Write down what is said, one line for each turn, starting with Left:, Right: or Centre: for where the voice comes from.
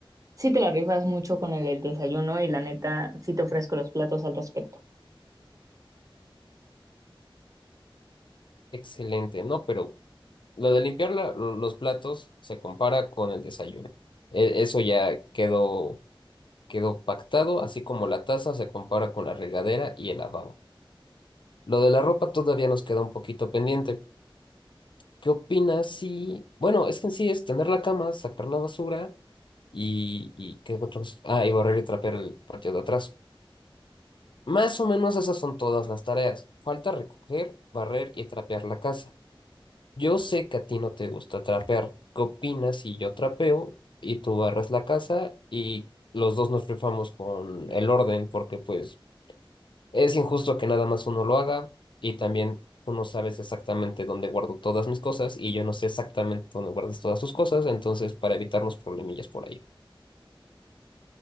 Right: sí te la rifas mucho con el, el desayuno y la neta, sí te ofrezco los platos al respecto.
Left: Excelente, ¿no? Pero lo de limpiar la- lo- los platos se compara con el desayuno. E- eso ya quedó, quedó pactado, así como la taza se compara con la regadera y el lavabo. Lo de la ropa todavía nos queda un poquito pendiente. ¿Qué opinas si... Bueno, es que en sí es tener la cama, sacar la basura y... y ¿qué otros? Ah, y barrer y trapear el patio de atrás. Más o menos esas son todas las tareas. Falta recoger, barrer y trapear la casa. Yo sé que a ti no te gusta trapear. ¿Qué opinas si yo trapeo y tú barras la casa y los dos nos rifamos con el orden? Porque pues Es injusto que nada más uno lo haga y también tú no sabes exactamente dónde guardo todas mis cosas y yo no sé exactamente dónde guardas todas tus cosas, entonces para evitarnos problemillas por ahí.